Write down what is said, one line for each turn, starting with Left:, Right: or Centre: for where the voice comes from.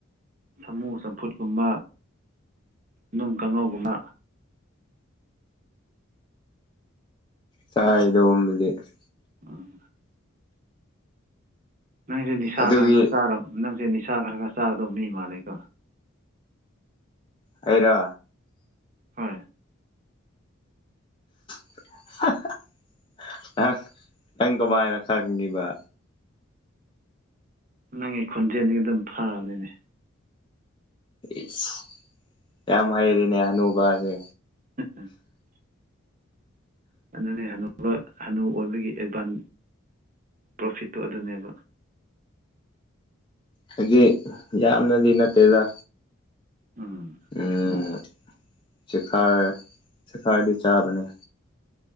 Right: ꯁꯥꯃꯨ ꯆꯝꯐꯨꯠꯀꯨꯝꯕ ꯅꯨꯡ ꯀꯥꯡꯉꯧꯒꯨꯝꯕ
Left: ꯆꯥꯏ <unintelligible>
Right: <unintelligible> ꯅꯪꯁꯦ ꯅꯤꯁꯥ
Left: ꯑꯗꯨꯒꯤ
Right: ꯈꯔ ꯈꯔ ꯆꯥꯔꯕ ꯅꯪꯁꯦ ꯅꯤꯁꯥ ꯈꯔ ꯈꯔ ꯆꯥꯒꯗꯧꯕ ꯃꯤ ꯃꯥꯥꯟꯂꯦꯀꯣ
Left: ꯑꯩꯔꯣ
Right: ꯍꯣꯏ
Left: <unintelligible> ꯅꯪ ꯅꯪ ꯀꯃꯥꯏꯅ ꯈꯪꯉꯤꯕ
Right: ꯅꯪꯒꯤ ꯈꯣꯟꯖꯦꯜꯗꯒꯤ ꯑꯗꯨꯝ ꯐꯔꯕꯅꯤꯅꯦ
Left: ꯏꯁ ꯌꯥꯝ ꯍꯩꯔꯦꯅꯦ ꯍꯅꯨꯕꯁꯦ
Right: <unintelligible> ꯑꯗꯨꯅꯦ ꯍꯅꯨ ꯍꯥꯅꯨ ꯑꯣꯏꯕꯒꯤ ꯑꯦꯗꯚꯥꯟ ꯄ꯭ꯔꯣꯐꯤꯠꯇꯣ ꯑꯗꯨꯅꯦꯕ
Left: ꯍꯥꯏꯗꯤ ꯌꯥꯝꯅꯗꯤ ꯅꯠꯇꯦꯗ
Right: ꯎꯝ
Left: ꯎꯝ ꯆꯦꯈꯥꯏ ꯆꯦꯈꯥꯏꯔꯗꯤ ꯆꯥꯕꯅꯦ